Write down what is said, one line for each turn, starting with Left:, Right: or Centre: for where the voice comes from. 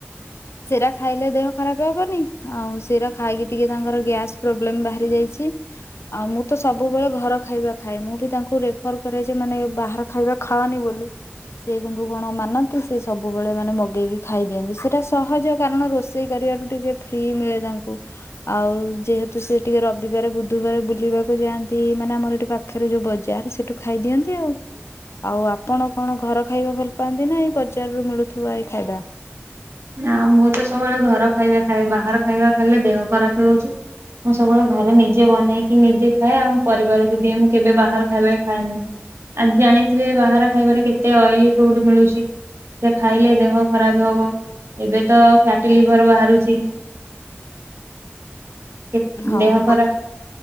Left: ସେରା ଖାଇଲେ ଦେହ। ଖରାପ ହବନି ଆଉ ସେଟା ଖାଇକି ଟିକେ ତାଙ୍କର ଗ୍ୟାସ୍ ପ୍ରୋବ୍ଲେମ ବାହାରି ଯାଇଛି ଆଉ ମୁଁ ତ ସବୁବେଳେ ଘର ଖାଇବା ଖାଏ ମୁଁ ବି ତାଙ୍କୁ ରେଫର କରେ ଯେ ମାନେ ବାହାର ଖାଇବା ଖାଅନି ବୋଲି ସେ କିନ୍ତୁ କଣ ମାନନ୍ତି ସେ ସବୁବେଳେ ମାନେ ମଗେଇକି ଖାଇଦିଅନ୍ତି ସେଟା ସହଜ କାରଣ ରୋଷେଇ ସେଇ କରିବାଠୁ ଟିକେ ଫ୍ରି ମିଳେ ତାଙ୍କୁ ଆଉ ଯେହେତୁ ସେ ଟିକେ ରବିବାର ବୁଧବାର ବୁଲିବାକୁ ଯାଆନ୍ତି ମାନେ ଆମର ଏଠି ପାଖରେ ଯୋଉ ବଜାର ସେଠୁ ଖାଇଦିଅନ୍ତି ଆଉ। ଆଉ ଆପଣ କଣ ଘର ଖାଇବା ଭଲ ପାଆନ୍ତି ନା ଏଇ ବଜାରରୁ ମିଳୁଥିବା ଏଇ ଖାଇବା।
Right: ନା ମୁଁ ତ ସବୁବେଳେ ଘର ଖାଇବା ଖାଇଏ ବାହାର ଖାଇବା ଖାଇଲେ ଦେହ ଖରାପ ହେଉଛି। ମୁଁ ସବୁବେଳେ ଘରେ ନେଇଯି ନିଜେ ବନେଇକି ନିଜେ ଖାଏ ଆଉ ପରିବାରକୁ ଦିଏ ମୁଁ କେବେ ବାହାର ଖାଇବାାରେ ଖାଏନି ଆ ଜାଣିଥିବେ ବାହାର ଖାଇବାରେ କେତେ ଅଏଲି ଫ୍ରୁଡ ମିଳୁଛି ସେ ଖାଇଲେ ଦେହ ଖରାପ ହବ। ଏବେ ତ ଫ୍ୟାଟି ଲିଭର ବାହାରୁଛି। କେ
Left: ହଁ
Right: ଦେହ ଖରା